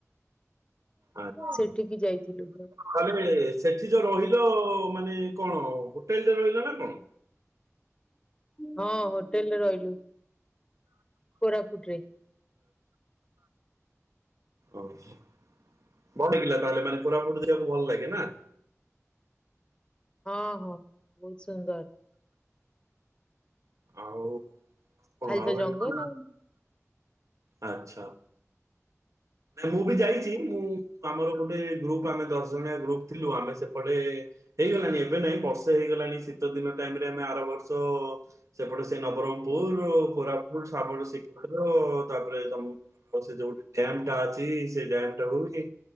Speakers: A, on the right (about 70°); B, on the left (about 20°).
A: ଆଛା
B: ସେଠିକି ଯାଇଥିଲୁ
A: ତାହଲେ ସେଠି ଯୋଉ ରହିଲ ମାନେ କଣ ହୋଟେଲ୍ ରେ ରହିଲ ନା କଣ।
B: ହଁ ହୋଟେଲ୍ ରେ ରହିଲୁ। କୋରାପୁଟରେ।
A: ଆଛା। ଭଲ ଲାଗିଲା ତାହଲେ ମାନ କୋରାପୁଡ଼ ଦେଖି ବାକୁ ଭଲ ଲାଗେ ନା।
B: ହଁ ହଁ ବହୁତ ସୁନ୍ଦର।
A: ଆଉ କଣ
B: ଖାଲି
A: ଆଉ
B: ତ ଜଙ୍ଗଲ
A: ଏମତି
B: ଆଉ।
A: ଆଛା। ନା ମୁଁ ବି ଯାଇଚି ମୁଁ ଆମର ଗୋଟେ ଗ୍ରୁପ ଆମେ ଦଶ ଜଣିଆ ଗ୍ରୁପ ଥିଲୁ ଆମେ ସେପଟେ ହେଇଗଲାଣି ଏବେ ନାଇଁ ବର୍ଷେ ହେଇଗଲାଣି ଶୀତ ଦିନାଟା ଟାଇମ୍ ରେ ଆମେ ଆର ବର୍ଷ ସେପଟେ ସେ ନବରଙ୍ଗ ପୁର କୋରାପୁଟ ସାବଣ ସିଖିଭାଗ ତାପରେ ତମ ସେ ଯୋଉ ଡ୍ୟାମ ଟାଚି ସେ ଡ୍ୟାମ୍ ଟା ହଉ କି